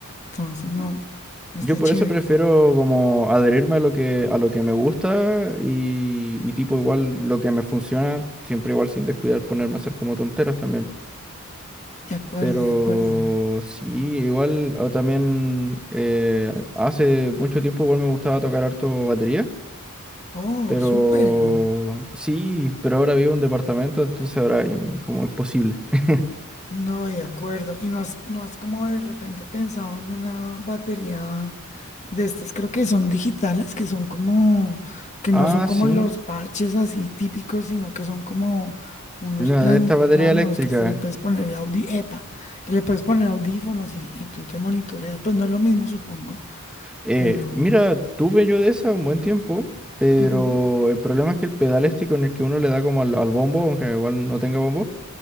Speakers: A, on the left; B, in the centre.
A: Entonces, no, no está
B: Yo por
A: chévere.
B: eso prefiero como adherirme a lo que, a lo que me gusta y, y tipo igual lo que me funciona, siempre igual sin descuidar ponerme a hacer como tonteras también.
A: De acuerdo,
B: Pero
A: de acuerdo.
B: sí, igual o también eh, hace mucho tiempo igual me gustaba tocar harto batería,
A: Oh,
B: pero
A: súper.
B: sí, pero ahora vivo en un departamento, entonces ahora eh, como es posible. <laughs>
A: No, de acuerdo. Y no has, no has como de repente pensado en una batería de estas, creo que son digitales, que son como, que no
B: Ah,
A: son como
B: sí,
A: los parches así típicos, sino que son como unos
B: la
A: plan,
B: de esta batería
A: planos
B: eléctrica.
A: que hasta le puedes poner audi, epa, que le puedes poner audífonos y, y tú te monitoreas. Pues no es lo mismo, supongo,
B: Eh,
A: pero...
B: mira, tuve yo de esa un buen tiempo, pero
A: ujú.
B: el problema es que el pedal este con el que uno le da como al, al bombo, aunque igual no tenga bombo,